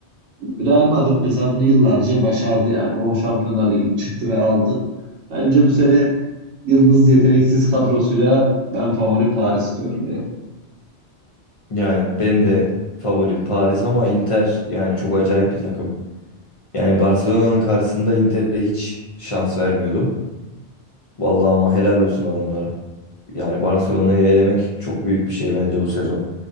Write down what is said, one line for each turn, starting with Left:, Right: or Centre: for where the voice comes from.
Right: Real Madrid mesela bunu yıllarca başardı yani. O Şampiyonlar Ligi'ni çıktı ve aldı. Bence bu sene yıldız yeteneksiz kadrosuyla ben favori Paris diyorum ya.
Left: Yani benim de favorim Paris ama Inter yani çok acayip bir takım. Yani Barcelona'nın karşısında Inter'e hiç şans vermiyordum. Vallahi ama helal olsun adamlara. Yani Barcelona'yı elemek çok büyük bir şey bence bu sezon.